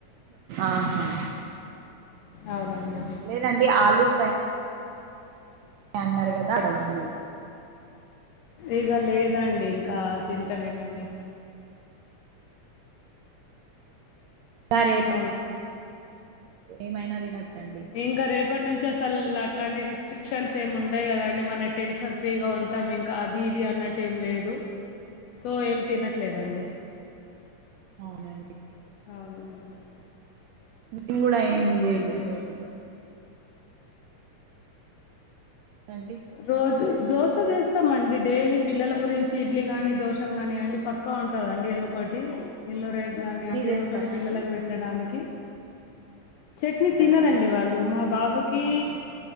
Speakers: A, on the right; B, on the left.
A: ఆహా
B: అవునండి
A: లేదండి ఆలూ ఫ్రై అన్నారు గదా కదండి
B: ఇగ లేదండి ఇంకా తింటలేమండి.
A: రేప్
B: ఆ
A: ఏమైనా తినచ్చండి.
B: ఇంకా రేపట్నుంచి అసల్ అట్లాంటి రిస్ట్రిక్షన్స్ ఏం ఉండయి కదండి మనం టెన్షన్ ఫ్రీగా ఉంటాం ఇంకా అద్ ఇది ఇది అన్నట్ ఏం లేదు సో ఏం తినట్లేదండి.
A: అవునండి.
B: అవును
A: టిఫిన్ గుడ ఏం
B: ఉమ్.
A: చేయ ఈ రోజుల్లో అన్ని
B: రోజు దోశ చేస్తామండి డైలీ పిల్లల గురించి ఇడ్లీ గాని దోశ గాని అండి పక్కా ఉంటదా అండి ఏదో ఒకటి ఎల్లో రైస్ గానియండి
A: చేస్తారా
B: ఏదో ఒకటి పిల్లలక్
A: అండి
B: పెట్టడానికి చట్నీ
A: తింటారా
B: తినరండి
A: అండి
B: వాళ్ళు మా బాబుకీ
A: ఆహా